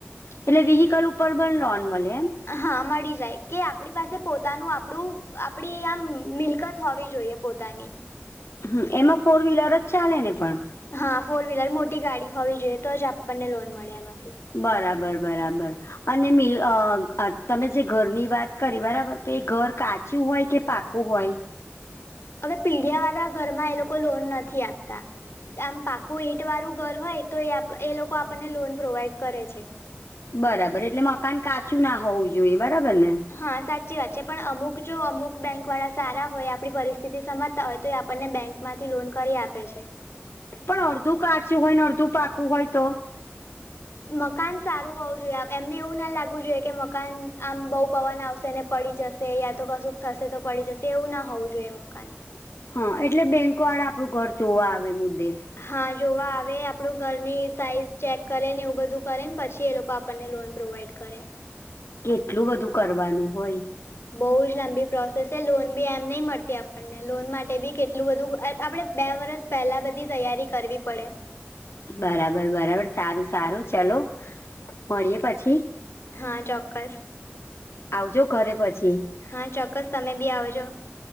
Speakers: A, on the left; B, on the left.
A: એટલે વ્હીકલ ઉપર પણ લોન મળે એમ?
B: હા મળી જાય કે આપણી પાસે પોતાનું આપણું આપડી આમ મિલકત હોવી જોઈએ. પોતાની.
A: હમ્મ, એમાં ફોર વ્હીલર જ ચાલે ને પણ?
B: હા ફોર વ્હીલર મોટી ગાડી હોવી જોઈએ તો જ આપણને લોન મળે એમાંથી.
A: બરાબર બરાબર. અને મિ તમે જે ઘરની વાત કરી બરાબર તો એ ઘર કાચું હોય કે પાક કુ હોય.
B: હવે પીડિયા વાળા ઘરમાં એ લોકો લોન નથી આપતા- આમ પાકું ઈંટ વાળું ઘર હોય તો એ એ લોકો આપણને લોન પ્રોવાઈડ કરે છે.
A: બરાબર એટલે મકાન કાચું ના હોવું જોઈએ બરાબર ને?
B: હા સાચી વાત છે પણ અમુક જો અમુક બેંક વાળા સારા હોય આપણી પરિસ્થિતિ સમાજતા હોય તો એ આપણને બેંક માંથી લોન કરી આપે છે.
A: પણ અડધું કાચું હોય ને અડધું પાકું હોય તો?
B: મકાન સારું હોવું જોઈએ એમને એવું ના લાગવું જોઈએ કે મકાન આમ બહુ પવન આવશે ને- પડી જશે યા તો કશું થશે તો પડી જશે એવું ના હોવું જોઈએ મકાન-
A: હા એટલે બેંક વાળા આપણું ઘરચ જોવા આવે મુદ્દે.
B: હા જોવા આવે આપડું ઘરની સાઈઝ ચેક કરે ને એવું બધું કરે પછી એ લોકો- તો આપણને લોન પ્રોવાઈડ કરે-
A: કેટલું બધું કરવાનું હોય-
B: બહુ જ લાંબી પ્રોસેસ છે લોન બી એમ નહી મળતી આપણને લોન માટે બી કેટલું બધું આપડે બે વર્ષ- પેલા બધી તૈયારી કરવી પડે-
A: બરાબર બરાબર સારું સારું ચલો મળીએ પછી-
B: હા ચોક્કસ-
A: આવજો ઘરે પછી-
B: હા ચોક્કસ તમે બી આવજો-